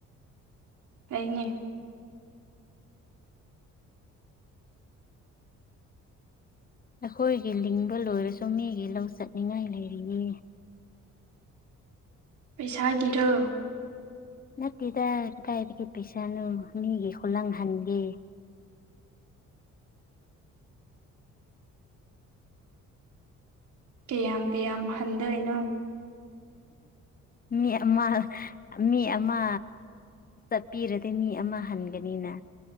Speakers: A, on the right; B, on the left.
A: ꯑꯩꯅꯤ
B: ꯑꯩꯈꯣꯏꯒꯤ ꯂꯤꯡꯕ ꯂꯣꯏꯔꯁꯨ ꯃꯤꯒꯤ ꯂꯧ ꯆꯠꯅꯤꯉꯥꯏ ꯂꯩꯔꯤꯌꯦ
A: ꯄꯩꯁꯥꯒꯤꯔꯣ
B: ꯅꯠꯇꯦꯗ ꯀꯥꯏꯗꯒꯤ ꯄꯩꯁꯥꯅꯣ ꯃꯤꯒꯤ ꯈꯨꯂꯪ ꯍꯟꯒꯦ
A: ꯀꯌꯥꯝ ꯀꯌꯥꯝ ꯍꯟꯗꯣꯏꯅꯣ
B: ꯃꯤ ꯑꯃ ꯃꯤ ꯑꯃ ꯆꯠꯄꯤꯔꯗꯤ ꯃꯤ ꯑꯃ ꯍꯟꯒꯅꯤꯅ